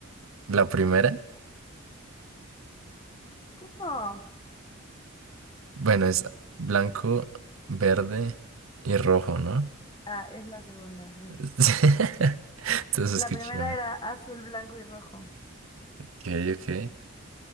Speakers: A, on the right; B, on the left.
A: la primera.
B: ¿Cómo?
A: Bueno, es blanco, verde y rojo, ¿no?
B: Ah, es la segunda, sí.
A: <laughs> Entonces
B: La
A: escúchame.
B: primera era azul, blanco y rojo.
A: Ok, ok.